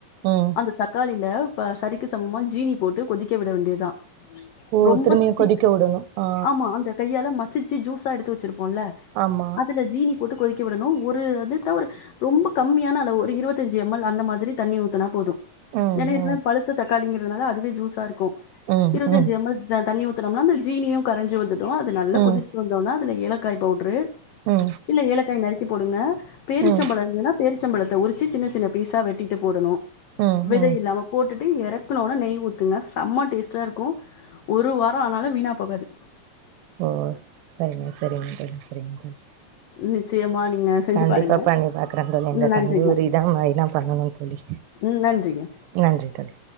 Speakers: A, on the right; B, on the left.
A: ம்
B: அந்த தக் காளில இப்ப சரிக்கு சமமா ஜீனி போட்டு கொதிக்க விட வேண்டியது தா
A: ஓ
B: ரொம்ப
A: திரும்பியு
B: திக்
A: கொதிக்க விடணு ஆ
B: ஆமா அந்த கையால மசிச்சு ஜூஸா எடுத்து வச்சிருப்போம்ல
A: ஆமா
B: அதுல ஜீனி போட்டு கொதிக்க விடணு ஒரு வந்து டா ஒரு ரொம்ப கம்மியான அளவு ஒரு இருபத்தஞ்சு எம் எல் அந்த மாதிரி தண்ணி ஊத்துனா போது
A: ம்
B: ஏன்னா ஏற்கனவே
A: ம்
B: பழுத்த தக்காளிங்கிறதுனால அதுவே ஜூஸா இருக்கு
A: ம்
B: இருபத்தி
A: ம்
B: அஞ்சு எம் எல் தா தண்ணி ஊத் துனம்னா அந்த ஜீனியு கரைஞ்சு வந்துடு அது நல்ல
A: ம்
B: கொதிச்சு வந்தோனா அதுல ஏலக்காய் பவுடரு
A: ம்
B: இல்ல ஏலக்காய் நறுக்கி போடுங்க பேரிச்சம்பழம்
A: ம்
B: இருந்ததுன்னா பேரிச்சம்பழத்த உரிச்சு சின்ன சின்ன பீஸா வெட்டிட்டு போடணு
A: ம்
B: விதை
A: ம்
B: இல்லாம போட்டுட்டு இறக்குனோன நெய் ஊத்துங்க செம்ம டேஸ்ட்டா இருக்கு ஒரு வாரம் ஆனாலு வீணா போகாது
A: ஓ சேரிங்க சேரிங்க தோழி சேரிங்க தோழி
B: நிச்சயமா நீங்க செஞ்சு
A: கண்டிப்பா
B: பாருங்க
A: பண்ணி பாக்குற தோழி இந்த
B: ம் நன்றிங்க
A: தந்தூரி தா மெயினா பண்ணன்னு தோழி
B: ம் நன்றிங்க
A: நன்றி தோழி